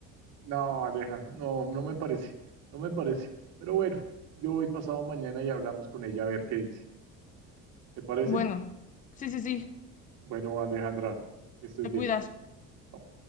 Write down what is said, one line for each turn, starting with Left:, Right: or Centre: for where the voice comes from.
Right: No, Aleja, no, no me parece. No me parece. Pero bueno, yo voy pasado mañana y hablamos con ella a ver qué dice. ¿Te parece?
Left: Bueno, sí, sí, sí,
Right: Bueno, Alejandra, que estés
Left: te
Right: bien.
Left: cuidas.
Right: Chao.